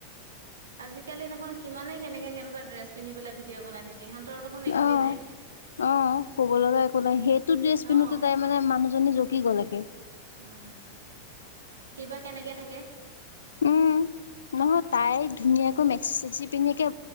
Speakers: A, on the right; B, on the left.
A: আজিকালি দেখুন কিমানে কেনেকে কেনেকুৱা ড্ৰেছ পিন্ধি পেলাই ভিডিঅ' বনাই থাকে সিহঁতৰ দেখোন একোৱে
B: অ
A: নাই।
B: অ ক'ব লগা একো নাই সেইটো ড্ৰেছ পিন্ধোতে
A: অ',
B: তাই মানে মানুহজনী কি কলেগে
A: উম কিবা কেনেকে থাকে।
B: উম নহয় তাই ধুনীয়াকৈ মেক্সি চেক্সি পিন্ধে